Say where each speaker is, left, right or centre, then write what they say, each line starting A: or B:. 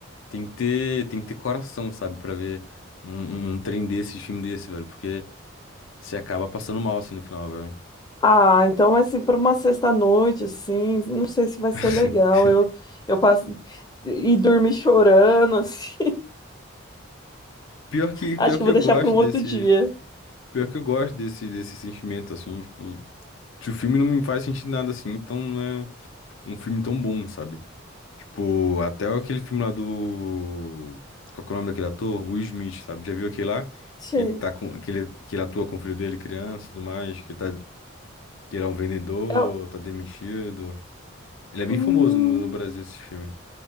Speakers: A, on the left (about 70°); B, on the left (about 20°).
A: Tem que ter, tem que ter coração, sabe, Pra ver um, um, um trem desse, filme desse, velho, porque você acaba passando mal assim no final, velho.
B: Ah, então, assim, para uma sexta-noite, assim, não sei se vai
A: <laughs>
B: ser legal. Eu, eu passo e dormir chorando, <laughs> assim.
A: Pior que,
B: Acho
A: pior que
B: que eu vou
A: eu
B: deixar
A: gosto
B: para um outro
A: desse,
B: dia.
A: pior que eu gosto desse, desse sentimento assim, tipo, se o filme não me faz sentir nada assim, então não é um filme tão bom, sabe? Tipo, até aquele filme lá do qual que é o nome daquele ator? Will Smith, sabe? Já viu aquele lá
B: Sei.
A: que ele tá com que ele, que ele atua com o filho dele, criança, e tudo mais, que ele tá que ele é um vendedor,
B: É o-
A: tá demitido. Ele é bem
B: hum,
A: famoso no, no Brasil, esse filme.